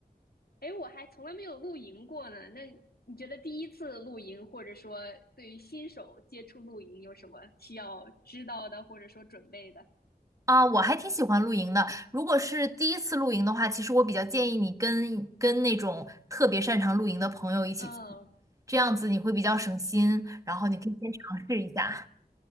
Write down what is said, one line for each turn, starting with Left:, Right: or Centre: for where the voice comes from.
Left: 哎，我还从来没有露营过呢。那你觉得第一次露营，或者说对于新手接触露营，有什么需要知道的，或者说准备的？
Right: 啊，我还挺喜欢露营的。如果是第一次露营的话，其实我比较建议你跟跟那种特别擅长露营的朋友一起去
Left: 嗯，
Right: 这样子你会比较省心，然后你可以先尝试一下，